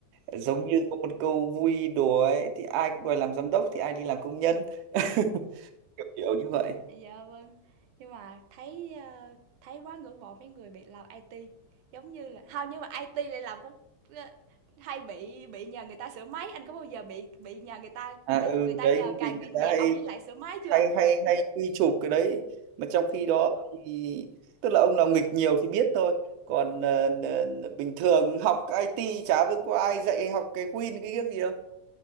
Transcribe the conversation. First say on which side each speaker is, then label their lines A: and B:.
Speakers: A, on the right (about 70°); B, on the right (about 85°).
A: giống như có một câu vui đùa ấy thì ai cũng đòi làm giám đốc thì ai đi làm công nhân <laughs> kiểu kiểu như vậy
B: Dạ vâng, nhưng mà thấy, ờ, thấy quá ngưỡng mộ mấy người bị làm IT, giống như là không, nhưng mà IT lại làm cũng hay bị bị nhờ người ta sửa máy, anh có bao giờ bị bị nhờ người ta
A: à
B: bị
A: ừ
B: người ta
A: đấy
B: nhờ cài
A: vì người
B: pin
A: ta
B: dạo
A: hay
B: với lại sửa máy chưa?
A: hay hay hay quy chụp cái đấy mà trong khi đó thì tức là ông nào nghịch nhiều thì biết thôi còn ờ, n- n- bình thường học IT chả biết có ai dạy học cái Win cái cái gì đâu